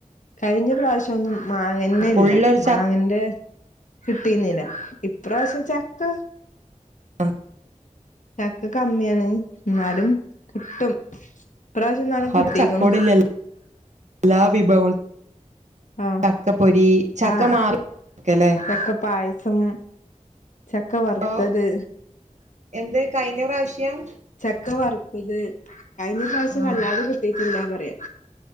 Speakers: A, on the left; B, on the right.
A: കഴിഞ്ഞ പ്രാവശ്യം പക്ഷ ഒന്നും മാങ്ങന്നെ
B: ഫുള്ളൊരു
A: ഇല്ല മാങ്ങന്റെ കിട്ടീന്നില്ല. ഇപ്രാവശ്യം ചക്ക
B: ആ
A: ചക്ക കമ്മിയാണ്. ഇന്നാലും കിട്ടും ഇപ്രാവശ്യം എന്നാലും കിട്ടീക്കണു
B: അപ്പ ചക്കോടല്ല എല്ലാ വിഭവ
A: ആഹ്
B: ചക്ക പൊരി ചക്ക
A: ആഹ്
B: <unintelligible> ക്കല്ലേ
A: ചക്ക പായസം ചക്ക വറുത്തത്
B: ഓ എന്ത് കഴിഞ്ഞ പ്രാവശ്യം
A: ചക്ക വറുത്തത് കഴിഞ്ഞ പ്രാവശ്യം
B: ആഹ്
A: വല്ലാതെ കിട്ടീട്ടില്ല പറയാ.